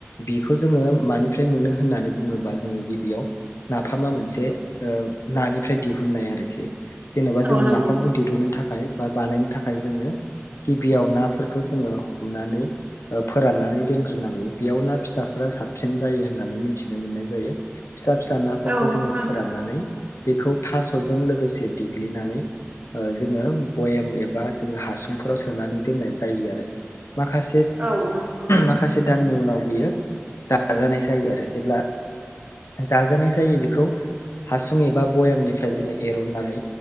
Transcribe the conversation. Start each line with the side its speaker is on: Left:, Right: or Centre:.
Left: बेखौ जोंङो मानिफ्राय मोनो होननानै बुङोबा जोंङो गिबियाव नाफामा मोनसे ओ नानिफ्राय दिहुननाय आरोखि जेन'बा
Right: औ
Left: जोंङो
Right: नंगौ
Left: नाफामखौ दिरुननो थाखाय बा बानायनो थाखाय जोंङो गिबियाव नाफोरखौ जोंङो हमनानै फोराननानै दोनग्रोनांगौ। बेयाव ना फिसाफोरा साबसिन जायो होननानै मिथिनो मोननाय जायो। फिसा-फिसा नाफोरखौ
Right: औ नंगौ
Left: जोंङो
Right: नोंथां
Left: फोराननानै बेखौ थास'जों लोगोसे देग्लिनानै ओ जोंङो बयेम एबा जोंङो हासुंफोराव सोनानै दोननाय जायो आरो। माखासे
Right: औ नंगौ नोंथां
Left: माखासे दाननि उनाव बेयो जाजानाय जायो आरो जेब्ला जाजानाय जायो बेखौ हासुं एबा बयामनिफ्राय जोंङो एरननानै